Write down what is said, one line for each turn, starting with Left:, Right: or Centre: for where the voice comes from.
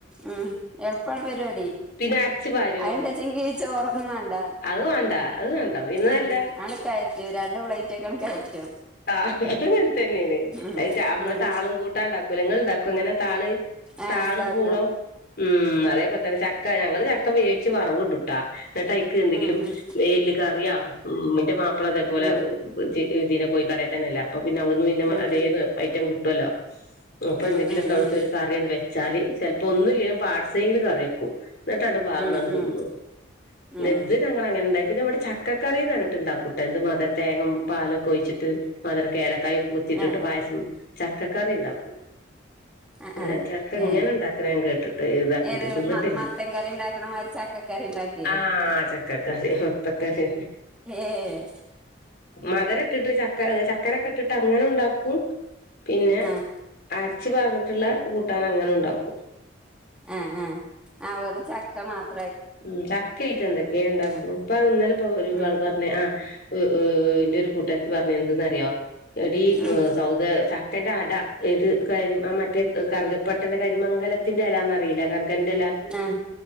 Centre: ഉം എളുപ്പം പരിപാടി,
Left: പിന്നെ അരച്ചു പാരോ
Centre: അയിന്റെ ചെക്കിൽ, <unintelligible> വേണ്ട
Left: അത് വേണ്ട അത് വേണ്ട പിന്നല്ല
Centre: ഉം ആന്ന് കയറ്റോ രണ്ട് പ്ലേറ്റ് ഒക്കെ കയറ്റും.
Left: ത തന്നെയാണ്
Centre: ഉം
Left: അത് നമ്മെ
Centre: ഉം
Left: താളും കൂട്ടാണ്ടാക്കുല്ലേ, ഇങ്ങൾ ഉണ്ടാക്കോ അങ്ങനെ താള്?
Centre: ആഹ ഉണ്ടാക്കും.
Left: പുള ഉം അതേപോലെ തന്നെ ചക്ക ഞങ്ങള് ചക്ക വേവിച്ച് വറവ് ഇടു ട്ടാ. എന്നട്ടയിലേക്ക് എന്തെങ്കിലും
Centre: ഉം ഉം
Left: എല്ല് കറിയാ ഉം.. എന്റെ മാപ്പിള അതേപോലെ
Centre: ഉം
Left: ഇതിന- കോയിക്കടയിൽ തന്നെല്ലേ അപ്പോ പിന്നെ അവിടുന്ന് പിന്നെ
Centre: ഉം
Left: അതത് ഐറ്റം കിട്ടുവല്ലോ. അപ്പൊ
Centre: ഉം
Left: എന്തെങ്കിലുമൊക്കെ
Centre: ഉം ഉം
Left: അടുത്ത
Centre: ഉം
Left: ഒരു കറിയണ്ട് വെച്ചാല് ചിലപ്പോ ഒന്നൂല്ലെകിലും പാട്സെങ്കിലും കറി വെക്കും. എന്നിട്ടങ്ങട് പാറന്നണ്ട്
Centre: ഉം ഉം
Left: തിന്നു
Centre: ഉം
Left: പിന്നെ
Centre: ഉം
Left: ഇത് ഞങ്ങ അങ്ങനെണ്ടായി. പിന്നെ ഇവിടെ ചക്കകറി ന്നറി- ന്നിട്ട്ണ്ടാക്കൂട്ടെ ഇത് മധുര തേങ്ങ, പാലുക്കെ ഒഴിച്ചിട്ട് മധര, ഏ - കൈക്കെ കുത്തിട്ടിട്ട്
Centre: ആഹ്
Left: പായസം, ചക്കക്കറി ഉണ്ടാക്കും.
Centre: ആഹ്
Left: എല്ലാ
Centre: ആഹ്
Left: ചക്ക
Centre: ഏഹ്
Left: ഇങ്ങനെ ഉണ്ടാക്കണ ഞാൻ കേട്ടിട്ട് ഇതാക്കിട്ട്
Centre: ഏത്
Left: തിന്നിട്ടില്ല.
Centre: മ മത്തൻ കറി ഉണ്ടാക്കണ മാതിരി ചക്കക്കറി ഉണ്ടാക്കിയേ
Left: ആഹ... ചക്കക്കറി മുത്തകറി.
Centre: ഏഹ്
Left: മതരട്ടിട്ട ചക്ക. ചക്കരക്കെ ഇട്ടിട്ട് അങ്ങനെ ഉണ്ടാക്കും പിന്നെ,
Centre: ആഹ്
Left: ജ്ജ് പറർന്നിട്ടുള്ള കൂട്ടാൻ അങ്ങനെ ഉണ്ടാക്കും.
Centre: ആ.. ആ.. വറും ചക്ക മാത്രം.
Left: ഉം ചക്കയിട്ട എന്തൊക്കെയ ഉണ്ടാക്കും,
Centre: ആഹ്
Left: അപ്പ അ ഇന്നലെ- ഇപ്പോ ഒരാള്
Centre: ഉം
Left: പറഞ്ഞ ആ... ! എ ഒരു കൂട്ടരത്തി പറഞ്ഞ എന്തറിയോ എടി
Centre: ഉം
Left: സൗദേ.. ന്റെ അട ഏത് കാര് ആ മറ്റേ- കർഗപ്പട്ടന്റെ കരിമംഗലത്തിന്റെ ഇലന്ന്റിയില്ലേ. കണ്ടല
Centre: ആഹ്